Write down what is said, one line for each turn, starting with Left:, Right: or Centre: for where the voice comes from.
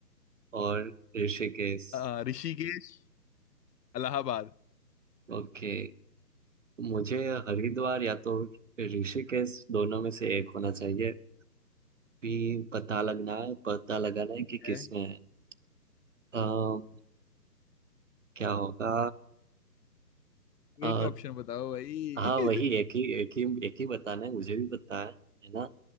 Right: और ऋषिकेश
Left: अ, ऋषिकेश इलाहाबाद
Right: ओके मुझे हरिद्वार या तो ऋषिकेश दोनों में से एक होना चाहिए भी पता लगना है पता लगाना है कि किस
Left: है।
Right: में है अम, क्या होगा अ,
Left: एक ऑप्शन बताओ भाई
Right: हाँ वही एक
Left: <laughs>
Right: ही एक ही एक ही बताना है मुझे भी पता है है ना